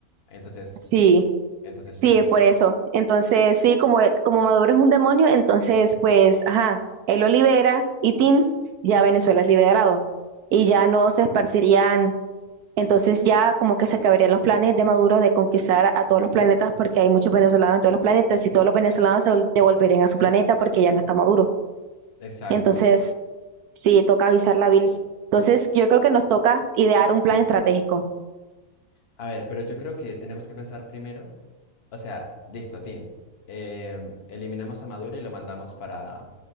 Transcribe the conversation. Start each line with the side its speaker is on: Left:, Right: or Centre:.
Left: Entonces,
Right: sí,
Left: entonces,
Right: sí,
Left: Tin.
Right: es por eso. Entonces, sí, como, él- como Maduro es un demonio, entonces pues, ajá, él lo libera y Tin, ya Venezuela es liberado. Y ya no se esparcirían Entonces ya como que se acabarían los planes de Maduro de conquistar a todos los planetas porque hay muchos venezolanos en todos los planetas y todos los venezolanos se vol- devolverían a su planeta porque ya no está Maduro.
Left: Exacto.
Right: Entonces, sí, toca avisar la Bills. Entonces, yo creo que nos toca idear un plan estratégico,
Left: A ver, pero yo creo que tenemos que pensar primero, o sea, listo, Tin. em, eliminamos a Maduro y lo mandamos para,